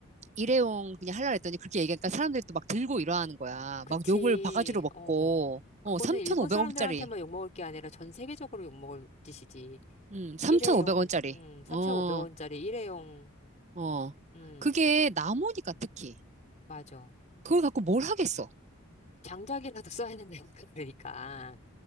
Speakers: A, on the right; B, on the left.
A: 일회용 그냥 하려고 했더니 그렇게 얘기하니까 사람들이 또 막 들고 일어나는 거야.
B: 그치,
A: 막 욕을 바가지로 먹고,
B: 어.
A: 어,
B: 그거는
A: 3,500억짜리.
B: 일본 사람들한테만 욕먹을 게 아니라 전 세계적으로 욕먹을 짓이지.
A: 음, 3,500원짜리.
B: 일회용, 음, 3,500원짜리
A: 어,
B: 일회용,
A: 어.
B: 음,
A: 그게 나무니까 특히.
B: 맞아.
A: 그걸 갖고 뭘 하겠어.
B: 장작이라도 써야 된다니까, 그러니까.